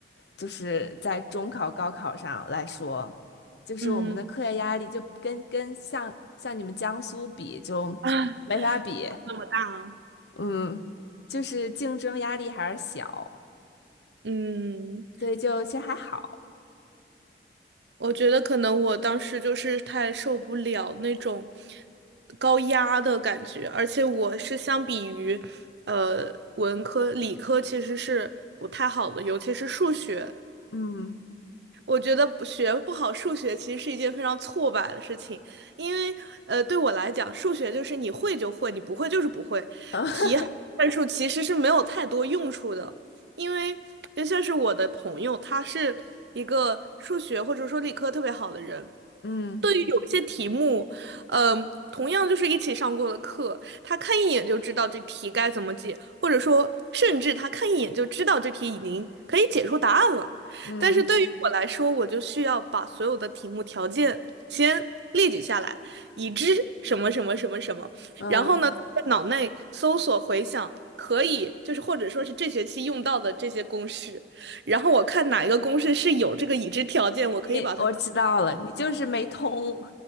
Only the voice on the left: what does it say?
就是在中考、高考上来说，就是我们的课业压力就跟跟像像你们江苏比就没法比，
嗯，就是竞争压力还是小。
所以就其实还好。
嗯
嗯 <laughs>
嗯
嗯
嗯，
你我知道了，你就是没通，